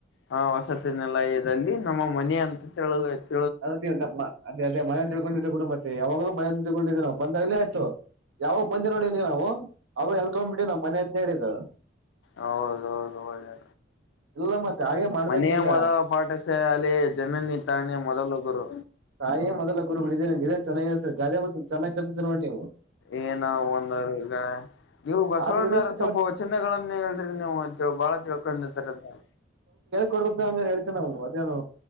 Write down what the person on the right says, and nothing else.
ಅದಮ್ಮ ಅದೇ ಅದೇ ಮನಳ್ಕೊಂಡಿರೋ ಕುಟಂಬ ಯಾವಾಗ್ಲೂ ಮ ತಗೊಂಡಿದ್ದೇವಿ ನಾವು ಬಂದಾಗಲಿ ಆಯ್ತು ಯಾವಗ ಬಂದೆ ನೋಡಿ ಇಲ್ಲಿ ನಾವು ಅವಾಗ ಎತಕೊಬಿಟ್ಟಿದ ನಮ್ಮ ಮನೆ ಅಂತ ಹೇಳಿದ
ಇಲ್ಲ ಮತ್ತೆ ಹಾಗೆ ಮಾಡ್ಬೇಕೀಗ
ತಾಯೇ ಮೊದಲ ಗುರು ಬಿಡಿದ್ದೇನೆ ಇದೇನ್ ಚೆನ್ನಾಗಿ ಹೇಳ್ತರಿ ಗಾದೆ ಮೊತ್ತ ಚನ್ನಾಗ್ ಕೇಳತಿದ್ರ ನೋಡಿ ನೀವು
ಆದ್ಗೆದಷ್ಟು ಕಾಲ್
ಕೊಡದ ಅಂದ್ರ ಹೇಳತೀವಿ ನಾವು ಅದೇನು